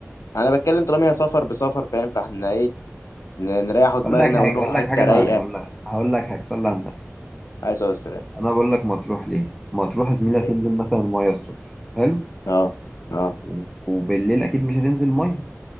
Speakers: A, on the left (about 85°); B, in the centre.
A: انا بتكلم طالما هي سفر بسفر فاهم فاحنا ايه ن- نريحوا دماغنا
B: اقول لك حاجة
A: ونروحوا
B: اقول لك
A: حتة
B: حاجة انا
A: رايقة
B: اقول لك هقول لك حاجة صلي على النبي
A: عليه الصلاة والسلام
B: انا بقول لك مطروح ليه مطروح يا زميلي هتنزل
A: إيه.
B: مثلا ميه الصبح حلو
A: اه اه
B: و- وبالليل اكيد مش هتنزل ميه